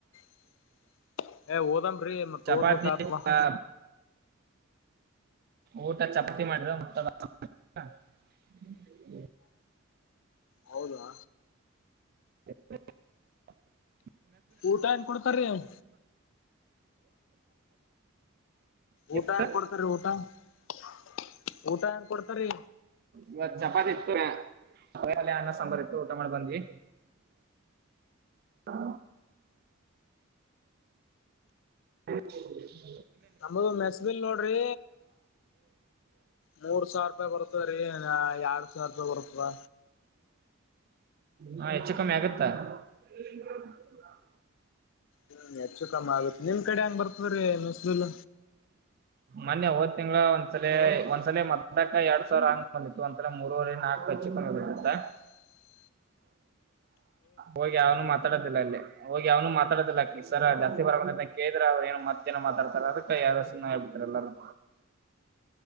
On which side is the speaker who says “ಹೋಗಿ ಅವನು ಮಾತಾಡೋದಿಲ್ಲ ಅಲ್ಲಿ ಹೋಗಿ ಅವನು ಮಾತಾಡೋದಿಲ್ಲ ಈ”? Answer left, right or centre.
Right